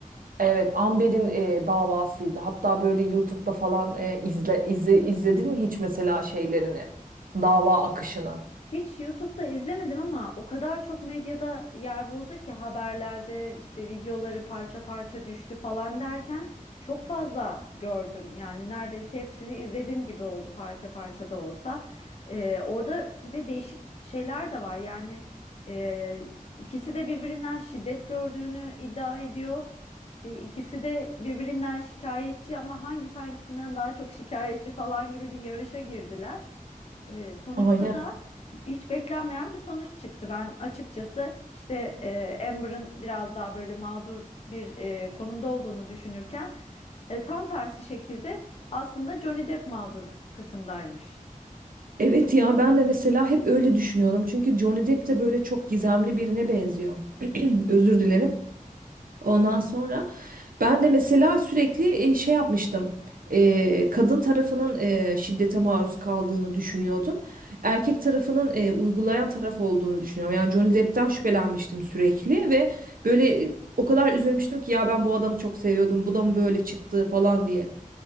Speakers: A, on the right; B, on the left.
A: Evet, Amber'in e, davasıydı. Hatta böyle YouTube'da falan e, izle, izle- izledin mi hiç mesela şeylerini? Dava akışını.
B: Hiç YouTube'da izlemedim ama o kadar çok medyada yer buldu ki haberlerde işte videoları parça parça düştü falan derken çok fazla gördüm. Yani neredeyse hepsini izlediğim gibi oldu parça parça da olsa. Ee, orada bir de değişik şeyler de var. Yani e, ikisi de birbirinden şiddet gördüğünü iddia ediyor. İşte ikisi de birbirinden şikayetçi ama hangisi hangisinden daha çok şikayetçi falan gibi bir yarışa girdiler. Ee, sonuçta
A: Aynen.
B: da hiç beklenmeyen bir sonuç çıktı. Ben açıkçası işte e, Amber'ın biraz daha böyle mağdur bir e, konumda olduğunu düşünürken e, tam tersi şekilde aslında Johnny Depp mağdur kısımdaymış.
A: Evet ya ben de mesela hep öyle düşünüyorum. Çünkü Johnny Depp de böyle çok gizemli birine benziyor. <clears throat> Özür dilerim. Ondan sonra Ben de mesela sürekli e, şey yapmıştım. E, kadın tarafının e, şiddete maruz kaldığını düşünüyordum. Erkek tarafının e, uygulayan taraf olduğunu düşünüyorum. Yani Johnny Depp'ten şüphelenmiştim sürekli ve böyle e, o kadar üzülmüştüm ki ya ben bu adamı çok seviyordum. Bu da mı böyle çıktı falan diye.